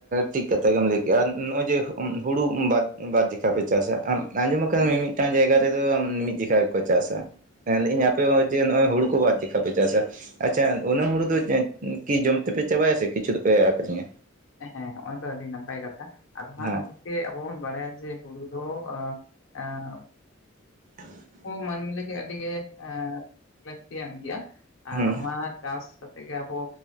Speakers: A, on the right; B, on the left.
A: ᱴᱷᱤᱠ ᱠᱟᱛᱷᱟ ᱜᱮᱢ ᱞᱟᱹᱭ ᱠᱮᱜᱼᱟ ᱱᱚᱜᱼᱚᱭ ᱡᱮ ᱦᱩᱲᱩ ᱵᱟᱫ ᱵᱟᱨ ᱡᱤᱠᱷᱟ ᱯᱮ ᱪᱟᱥᱟ ᱟᱸᱡᱚᱢ ᱠᱟᱜ ᱢᱤᱢᱤᱫᱴᱟᱝ ᱡᱟᱭᱜᱟ ᱨᱮᱫᱚ ᱢᱤᱫ ᱡᱷᱤᱠᱟ, ᱠᱚ ᱪᱟᱥᱟ ᱾ ᱢᱮᱱ ᱱᱟᱹᱧ
B: ᱦᱮᱸ
A: ᱟᱯᱮ ᱦᱚᱸ ᱡᱮ ᱱᱚᱜᱼᱚᱭ ᱦᱩᱲᱩ ᱠᱚ ᱵᱟᱨ ᱡᱮᱠᱷᱟ ᱯᱮ ᱪᱟᱥᱟ ᱟᱪᱪᱷᱟ ᱚᱱᱟ ᱦᱩᱲᱩ ᱫᱚ ᱠᱤ ᱡᱚᱢ ᱛᱮᱯᱮ ᱪᱟᱵᱟᱭᱟ ᱥᱮ ᱠᱤᱪᱷᱩ ᱫᱚ ᱯᱮ ᱟᱹᱠᱷᱨᱤᱧᱟ?
B: ᱦᱮᱸ ᱦᱚᱜᱼᱚᱭ ᱫᱚ ᱟᱹᱰᱤ ᱱᱟᱯᱟᱭ ᱠᱟᱛᱷᱟ ᱟᱫᱚ ᱦᱟᱸᱜ
A: ᱦᱚᱸ
B: ᱟᱫᱚ ᱮ ᱟᱵᱚ ᱵᱚᱱ ᱵᱟᱲᱟᱭᱟ ᱡᱮ ᱦᱩᱲᱩ ᱫᱚ ᱚᱸ ᱮᱸ
A: <inaudible>
B: ᱦᱚᱸ ᱢᱟᱹᱱᱢᱤ ᱞᱟᱹᱜᱤᱫ ᱟᱹᱰᱤ ᱜᱮ ᱮᱸ ᱞᱟᱹᱠᱛᱤᱭᱟᱱ ᱜᱮᱭᱟ ᱟᱨ
A: ᱦᱩᱸ
B: ᱚᱱᱟ ᱪᱟᱥ ᱠᱟᱛᱮᱜ ᱜᱮ ᱟᱵᱚᱼᱼ